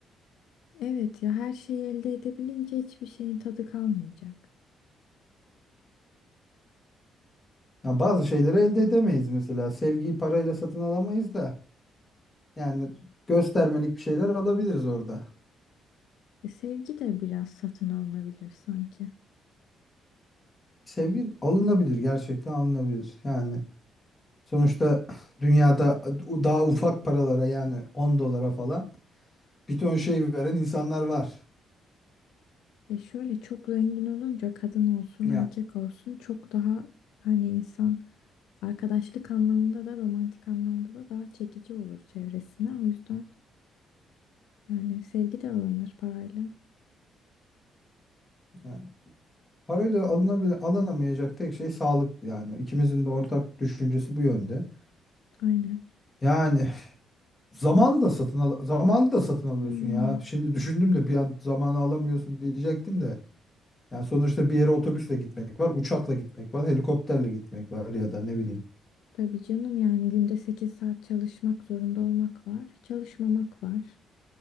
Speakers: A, on the left; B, on the left.
A: Evet ya her şeyi elde edebilince hiçbir şeyin tadı kalmayacak.
B: Ya bazı şeyleri elde edemeyiz mesela. Sevgiyi parayla satın alamayız da. Yani göstermelik bir şeyler alabiliriz orada.
A: Ve sevgi de biraz satın alınabilir sanki.
B: Sevgi alınabilir, gerçekten alınabilir. Yani sonuçta dünyada daha ufak paralara yani 10 dolara falan bir ton şey veren insanlar var.
A: E şöyle çok zengin olunca kadın olsun
B: Ya,
A: erkek olsun çok daha hani insan arkadaşlık anlamında da romantik anlamda da daha çekici olur çevresine. O yüzden yani sevgi de alınır parayla.
B: ya parayla alınabil alınamayacak tek şey sağlık yani. İkimizin de ortak düşüncesi bu yönde.
A: Aynen.
B: Yani Zamanı da satın al zamanı da satın alıyorsun
A: Hmm.
B: ya. Şimdi düşündüm de bir an zamanı alamıyorsun diyecektim de. Yani sonuçta bir yere otobüsle gitmek var, uçakla gitmek var, helikopterle gitmek var ya da ne bileyim.
A: Tabii canım yani günde 8 saat çalışmak zorunda olmak var. Çalışmamak var.